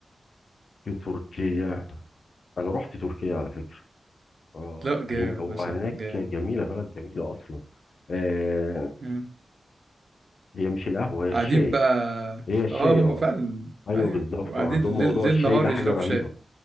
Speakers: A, on the left; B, on the right.
A: في تركيا انا رحت تركيا على فكرة اه
B: لا جامد
A: هن- وهناك
B: ما شاء الله جامد
A: جميلة بلد جميلة اصلا آه
B: مم.
A: هي مش القهوة هي الشاي
B: قاعدين بقى
A: هي الشاي
B: اه هم
A: اه
B: فعلا
A: ايوه
B: ايوه
A: بالظبط
B: وقاعدين
A: وعندهم
B: ليل
A: موضوع
B: ليل
A: الشاي
B: نهار
A: ده حاجة
B: يشربوا
A: رهيبة
B: شاي